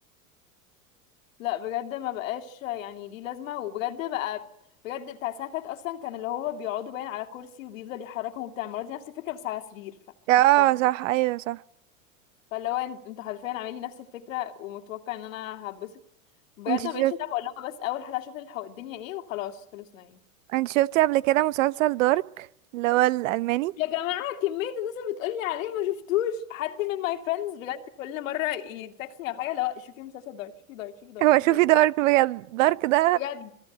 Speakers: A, on the left; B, on the right.
A: لا بجد ما بقاش يعني ليه لازمه وبجد بقى بجد بتاع السنه اللي فاتت اصلا كان اللي هو بيقعدوا باين على كرسي وبيفضل يحركهم وبتاع المره دي نفس الفكره بس على سرير
B: اه
A: فمش فاهمه
B: صح ايوه صح
A: فاللي هو ان- انتوا حرفيا عاملين لي نفس الفكره ومتوقع ان انا هبسط بجد
B: انت
A: ما
B: شفت
A: بقتش اتابع اقول لها بس اول حلقه اشوف الحو- الدنيا ايه وخلاص خلصنا يعني
B: انت شفتي قبل كده مسلسل دارك اللي هو الالماني
A: يا جماعة كمية الناس اللي بتقولي عليه ما شفتوش حد من ماي فريندز بجد كل مرة يتكسني على حاجة لا شوفي مسلسل دارك شوفي دارك شوفي دارك
B: هو
A: شوفي
B: شوفي
A: دارك
B: دارك بجد دارك ده
A: بجد